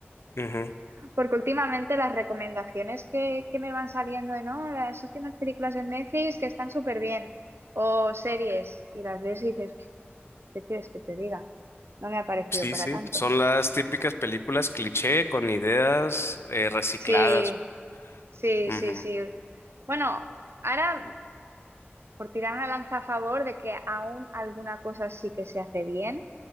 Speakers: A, on the left; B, on the right.
A: Ujú.
B: <laughs> Porque últimamente las recomendaciones que, que me van saliendo de, no, las últimas películas de Netflix que están súper bien, o series, y las ves y dices, ¿qué quieres que te diga? No me ha parecido
A: Sí,
B: para
A: sí,
B: tanto.
A: son las típicas películas cliché con ideas eh, recicladas.
B: Sí, sí,
A: Ujú.
B: sí, sí. Bueno, ahora. por tirar una lanza a favor de que aún alguna cosa sí que se hace bien.